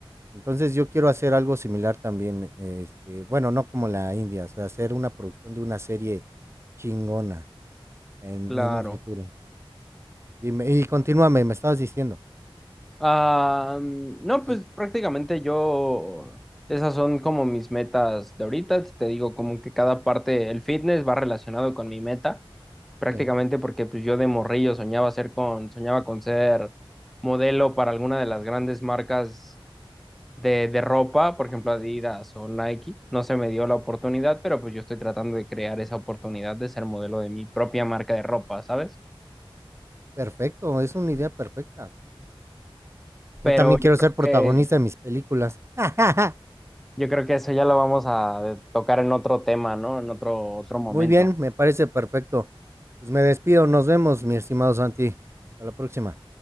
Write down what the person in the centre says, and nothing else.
Claro.
Ah, mm, no, pues
prácticamente yo, esas son como mis metas de ahorita. si Te digo como que cada parte, el fitness va relacionado con mi meta, prácticamente
porque pues yo de morrillo soñaba ser con, soñaba con ser modelo para alguna de las grandes marcas de, de ropa, por ejemplo Adidas o Nike. No se me dio la oportunidad, pero pues yo estoy tratando de crear esa oportunidad de ser modelo de mi propia marca de ropa, ¿sabes?
Pero
yo
creo
que
Yo creo que eso ya lo vamos a tocar en otro tema, ¿no? En otro, otro momento.